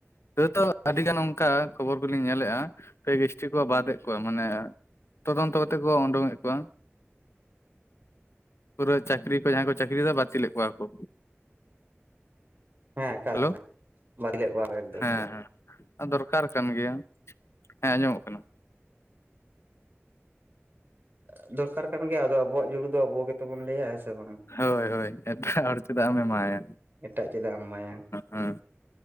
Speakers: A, on the left (about 70°); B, on the right (about 45°).
A: ᱛᱟᱹᱣ ᱛᱚ ᱟᱹᱰᱤᱜᱟᱱ ᱚᱱᱠᱟ ᱠᱷᱚᱵᱚᱨ ᱠᱚᱞᱤᱧ ᱧᱮᱞᱮᱫᱼᱟ ᱯᱷᱮᱠ ᱮᱥᱴᱤ ᱠᱚ ᱵᱟᱫ ᱮᱫ ᱠᱚᱣᱟ ᱢᱟᱱᱮ ᱛᱚᱫᱚᱱᱛᱚ ᱠᱟᱛᱮ ᱠᱚ ᱩᱰᱩᱝ-ᱮᱫ ᱠᱚᱣᱟ ᱯᱩᱨᱟᱹ ᱪᱟᱹᱠᱨᱤ ᱠᱚ ᱡᱟᱦᱟᱸᱭ ᱠᱚ ᱪᱟᱹᱠᱨᱤᱭᱫᱟ ᱵᱟᱹᱛᱤᱞᱮᱫ ᱠᱚᱣᱟ ᱠᱚ
B: ᱦᱮᱸ ᱮᱠᱟᱞ
A: ᱦᱮᱞᱳ
B: ᱵᱟᱛᱤᱞ ᱮᱫ ᱠᱚᱭᱟ ᱠᱚ ᱮᱠᱫᱚᱢ
A: ᱦᱮᱸ
B: ᱮᱠᱫᱚᱢ
A: ᱫᱚᱨᱠᱟᱨ ᱠᱟᱱ ᱜᱮᱭᱟ ᱦᱮᱸ ᱟᱸᱡᱚᱢᱚᱜ ᱠᱟᱱᱟ
B: ᱫᱚᱨᱠᱟᱨ ᱠᱟᱱ ᱜᱮᱭᱟ ᱟᱫᱚ ᱟᱵᱚᱣᱟᱜ ᱡᱩᱲᱤ ᱫᱚ ᱟᱵᱚ ᱜᱮᱛᱚᱵᱚᱱ ᱞᱟᱹᱭᱟ ᱦᱮᱸ ᱥᱮ ᱵᱟᱝ
A: ᱦᱳᱭ ᱦᱳᱭ ᱮᱴᱟᱜ ᱦᱚᱲ ᱪᱮᱫᱟᱜ ᱮᱢ ᱮᱢᱟᱭᱟ
B: ᱮᱴᱟᱜ ᱪᱮᱫᱟᱜ ᱮᱢ ᱢᱟᱭᱟ
A: ᱦᱮᱸ